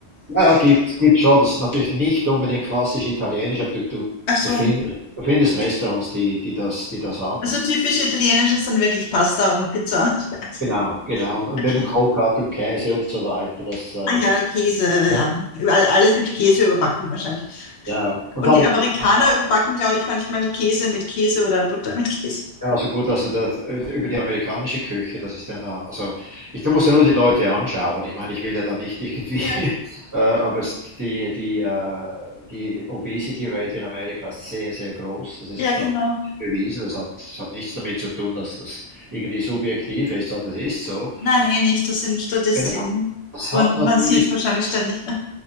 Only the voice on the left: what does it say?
Ach so.
Also typisch italienische sind wirklich Pasta und Pizza. <laughs>
Okay.
Ah ja,
Käse,
ja. Überall, alles mit Käse überbacken wahrscheinlich.
Und
die Amerikaner
überbacken, glaube ich, manchmal Käse mit Käse oder Butter mit Käse.
Ja,
ja,
genau.
Nein, eh nicht. Das sind Statistiken.
Und
man sieht es wahrscheinlich ständig. <laughs>